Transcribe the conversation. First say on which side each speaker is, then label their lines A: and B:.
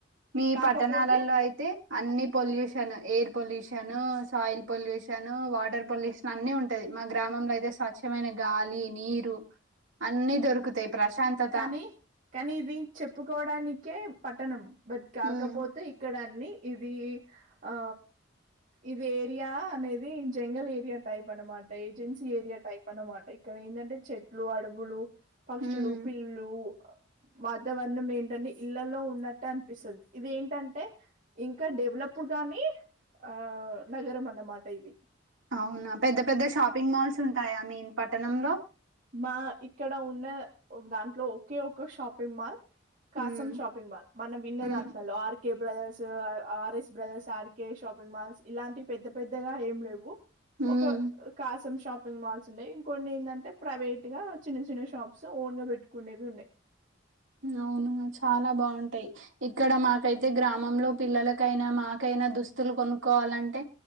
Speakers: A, on the right; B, on the right.
A: మీ
B: కాకపోతే
A: పట్టణాలలో అయితే అన్ని pollution air pollution soil pollution water pollution అన్ని ఉంటది మా గ్రామంలో అయితే స్వచ్ఛమైన గాలి నీరు అన్ని దొరుకుతాయి ప్రశాంతత
B: కానీ కానీ ఇది చెప్పుకోవడానికే పట్టణం బట్ కాకపోతే
A: ఉమ్
B: ఇక్కడ అన్నీ ఇది ఆ ఇది ఏరియా అనేది జంగల్ ఏరియా టైప్ అనమాట ఏజెన్సీ ఏరియా టైప్ అనమాట ఇక్కడ ఏందంటే చెట్లు అడవులు పక్షులు
A: ఉమ్
B: పిల్లులు వాతావరణం ఏంటంటే ఇళ్లలో ఉన్నట్టే అనిపిస్తుంది ఇదేంటంటే ఇంకా డెవలప్ కాని ఆ నగరం అన్నమాట ఇది
A: అవునా పెద్ద పెద్ద షాపింగ్ మాల్స్ ఉంటాయా మీన్ పట్టణంలో
B: మా ఇక్కడ ఉన్న దాంట్లో ఒకే ఒక షాపింగ్ మాల్ కాసం
A: ఉమ్
B: షాపింగ్ మాల్ మనం విన్నదాంట్లలో
A: ఉమ్
B: RK brothers R S brothers R K shopping malls ఇలాంటి పెద్ద పెద్దగా ఏం లేవు
A: ఉమ్
B: ఒక కాసం షాప్ పింగ్ మాల్స్ ఉన్నాయి ఇంకోన్ని ఏందంటే ప్రైవేట్ గా చిన్న చిన్న షాప్స్ ఓన్ గా పెట్టుకునేవి ఉన్నాయి
A: అవును చాలా బావుంటాయి ఇక్కడ మాకైతే గ్రామంలో పిల్లలకైనా మాకైనా దు స్తులు కొనుక్కొవాలంటే